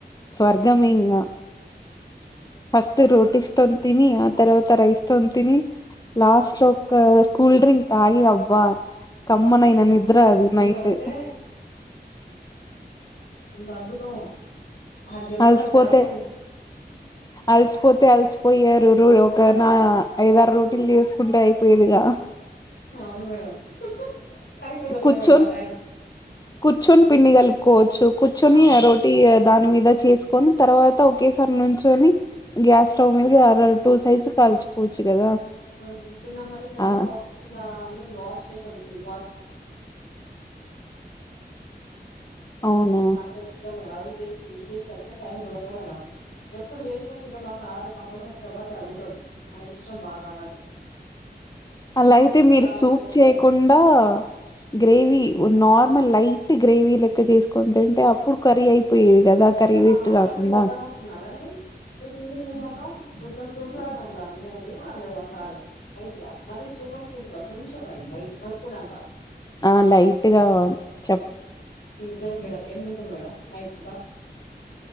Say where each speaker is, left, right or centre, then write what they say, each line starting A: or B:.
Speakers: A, on the left (about 20°); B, on the left (about 90°).
A: స్వర్గం ఇంగా ఫస్ట్ రోటీస్ త్తం తని ఆ తర్వాత రైస్ త్తం తిని లాస్ట్ లో క కూల్ డ్రింక్ తాగి అబ్ వా కమ్మనైనా నిద్రాదు
B: అసలు ఎంత నిద్ర
A: నైట్
B: వస్తే కొంత అద్భుతం ఆ జన్మకు
A: అల్స్పోతే
B: అది చాల్లే
A: అల్స్పోతే అల్స్పో పోయారు రో ఒక నా ఐదారు రోటీలు చేసుకుంటే అయిపోయేదిగా
B: అవును మేడం కానీ కుదరలే
A: కుచ్చ
B: మేడం టైం
A: కుచ్చను పిన్ని గలి కోచు కుచ్చని
B: అవును
A: రోటీ దాని మీద చేసుకొని, తర్వాత ఒకేసారి నుంచని గ్యాస్ స్టవ్ మీదర టూ సైజస్ కాల్చిపోవచ్చు కదా
B: ఆ నిన్న మరి మేడం
A: ఆ
B: వస్తుందా <unintelligible> రెండు వాష్ చేసిన
A: అవునా
B: చేతులుగానిలే అది చేసి ఇది చేసి టైం కుదరలే, ఎప్పుడు చేసిన చికెన్ మాసారి కంపల్సరీ చబట్టి అది ఉంటదు, అనకి ఇష్టం బాగాన్న
A: అలా అయితే
B: మధ్యకాలంలో
A: మీరు సూప్
B: చేస్తలేను
A: చేయకుండా గ్రేవీ నార్త్ మ లైట్ గ్రేవీ లెక్క చేసుకుని తింటే అప్పుడు కర్రీ అయిపోయేది కదా కర్రీ
B: ఆ
A: వేస్ట్
B: అట్లనే
A: కాకుండా
B: చేద్దామని అనుకున్నాగానీ <unintelligible>
A: ఆ లైట్ గా చెప్పు
B: జర గెర ఏం తింటరు మేడమ్ నైట్ పూట